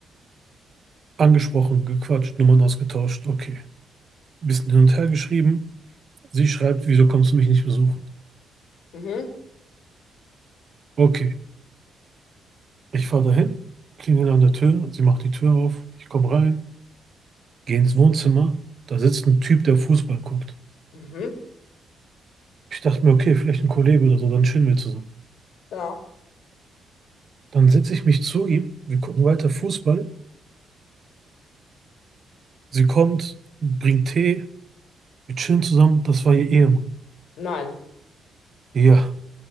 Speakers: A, on the right; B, on the left.
A: angesprochen, gequatscht, Nummern ausgetauscht, okay. Bisschen hin und her geschrieben, sie schreibt, wieso kommst du mich nicht besuchen?
B: Mhm.
A: Okay, ich fahre dahin, klingel an der Tür, sie macht die Tür auf, ich komme rein. Geh ins Wohnzimmer, da sitzt ein Typ, der Fußball guckt.
B: Mhm.
A: Ich dachte mir, okay, vielleicht ein Kollege oder so, dann chillen wir zusammen.
B: Ja.
A: Dann setze ich mich zu ihm, wir gucken weiter Fußball. Sie kommt, bringt Tee, wir chillen zusammen. Das war ihr Ehemann.
B: Nein.
A: Ja,